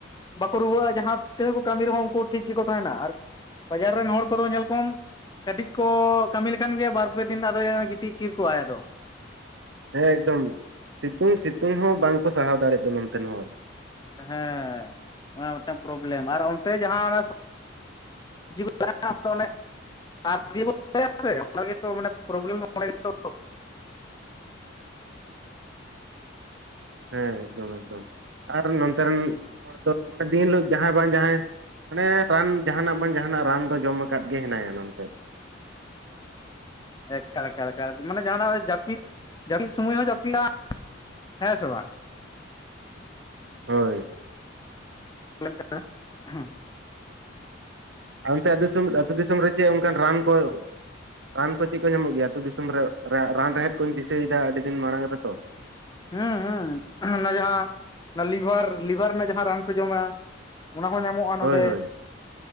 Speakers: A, on the left; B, on the right.
A: ᱵᱟᱠᱚ ᱨᱩᱣᱟᱹᱜᱼᱟ ᱡᱟᱦᱟᱸ ᱛᱮᱦᱚᱸ ᱠᱚ ᱠᱟᱹᱢᱤ ᱨᱮᱦᱚᱸ ᱩᱱᱠᱩ ᱴᱷᱤᱠ ᱜᱮᱠᱚ ᱛᱟᱦᱮᱱᱟ ᱟᱨ ᱵᱟᱡᱟᱨ ᱨᱮᱱ ᱦᱚᱲ ᱠᱚᱫᱚ ᱧᱮᱞ ᱠᱚᱢ ᱠᱟᱹᱴᱤᱡ ᱠᱚ ᱠᱟᱹᱢᱤ ᱞᱮᱠᱟᱱ ᱜᱮᱭᱟ ᱵᱟᱨ ᱯᱮ ᱫᱤᱱ ᱟᱫᱚ ᱜᱤᱛᱤᱡ ᱠᱤᱨ ᱠᱚᱣᱟᱭᱫᱚ
B: ᱦᱮᱸ ᱮᱠᱫᱚᱢ ᱥᱤᱛᱩᱝ ᱥᱤᱛᱩᱝ ᱦᱚᱸ ᱵᱟᱝᱠᱚ ᱥᱟᱦᱟᱣ ᱫᱟᱲᱮᱭᱟᱜ ᱫᱚ ᱱᱚᱱᱛᱮᱱ ᱦᱚᱲ
A: ᱦᱮᱸ ᱚᱱᱟ ᱢᱤᱫᱴᱟᱝ ᱯᱨᱚᱵᱞᱮᱢ ᱟᱨ ᱚᱱᱛᱮ ᱡᱟᱦᱟᱸ ᱡᱤᱵᱚᱱ ᱛᱟᱦᱮ ᱚᱱᱮ ᱵ ᱚ ᱜᱮᱚᱢ
B: ᱦᱮᱸ ᱮᱠᱫᱚᱢ ᱮᱠᱫᱚᱢ ᱟᱨ ᱱᱛᱮ ᱨᱮᱱ ᱦᱚᱲ ᱫᱚ ᱢᱟᱱᱮ ᱫᱤᱱ ᱦᱤᱞᱳᱜ ᱡᱟᱦᱟᱸᱭ ᱵᱟᱝ ᱡᱟᱦᱟᱸᱭ ᱢᱟᱱᱮ ᱨᱟᱱ ᱡᱟᱦᱟᱱᱟᱜ ᱵᱟᱝ ᱡᱟᱦᱟᱱᱟᱜ ᱨᱟᱱ ᱫᱚ ᱡᱚᱢ ᱟᱠᱟᱫ ᱜᱮ ᱦᱮᱱᱟᱭᱟ ᱱᱛᱮ
A: ᱮ ᱢᱟᱱᱮ ᱡᱟᱦᱱᱟᱜ ᱡᱟᱹᱯᱤᱫ ᱡᱟᱹᱯᱤᱫ ᱥᱚᱢᱚᱭ ᱦᱚᱸ ᱡᱟᱹᱯᱤᱫᱜᱼᱟ ᱦᱮᱸ ᱥᱚᱵ ᱮᱢ
B: ᱦᱳᱭ
A: ᱠᱟᱱᱟ ᱦᱮᱸ
B: ᱚᱱᱛᱮ ᱫᱤᱥᱚᱢ ᱟᱹᱛᱩ ᱫᱤᱥᱚᱢ ᱨᱮ ᱪᱮᱫ ᱚᱱᱠᱟᱱ ᱨᱟᱱ ᱠᱚ ᱨᱟᱱ ᱠᱚ ᱪᱮᱫ ᱠᱚ ᱧᱟᱢᱚᱜ ᱜᱮᱭᱟ ᱟᱹᱛᱩ ᱫᱤᱥᱚᱢ ᱨᱮ ᱨᱟᱱ ᱨᱮᱦᱮᱫ ᱠᱚᱧ ᱫᱤᱥᱟᱹᱭᱮᱫᱟ ᱟᱹᱰᱤ ᱫᱤᱱ ᱢᱟᱲᱟᱝ ᱨᱮᱛᱚ
A: ᱦᱚᱸ ᱦᱚᱸ ᱚᱱᱟ ᱡᱟᱦᱟᱸ ᱞᱤᱵᱷᱟᱨ ᱞᱤᱵᱷᱟᱨ ᱨᱮᱱᱟᱜ ᱡᱟᱦᱟᱸ ᱨᱟᱱ ᱯᱮ ᱡᱚᱢᱟ ᱚᱱᱟ ᱦᱚᱸ ᱧᱟᱢᱚᱜᱼᱟ ᱱᱚᱰᱮ
B: ᱦᱳᱭ ᱦᱳᱭ